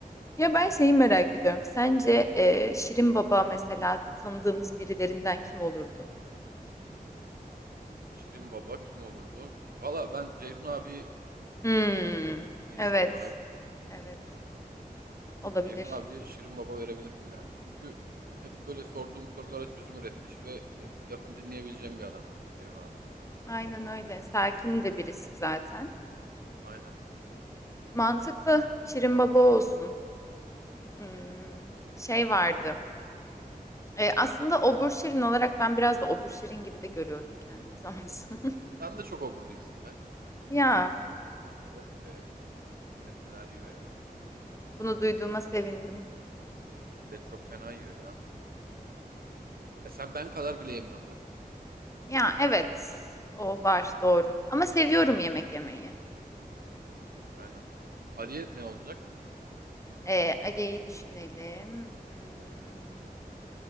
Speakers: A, on the left; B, on the right.
A: Ya ben şeyi merak ediyorum. Sence e, Şirin Baba mesela tanıdığımız birilerinden kim olurdu?
B: Şirin Baba kim olurdu? Valla ben Ceyhun abi çok
A: Hmm,
B: beğeniyorum insan
A: evet.
B: olarak.
A: Evet. Olabilir.
B: Ceyhun abiye Şirin Baba verebilirdim yani. Çünkü hep böyle sorduğum sorulara çözüm üretmiş ve e, lafını dinleyebileceğim bir adam Ceyhun abi.
A: Aynen öyle. Sakin de birisi zaten.
B: Aynen.
A: Mantıklı. Şirin Baba olsun. Hmm, şey vardı. E, aslında Obur Şirin olarak ben biraz da Obur Şirin gibi de görüyorum kendimi zaman zaman.
B: Sen de çok obur değilsin be.
A: <laughs> Ya
B: Yok be çok. Millet neler yiyor ya.
A: bunu duyduğuma sevindim.
B: Millet çok fena yiyor ya. E sen ben kadar bile yemiyordur.
A: Ya evet. O var doğru. Ama seviyorum yemek yemeyi.
B: Aynen. Ali'ye ne olacak?
A: Ee, Ali'yi düşünelim. Hmm.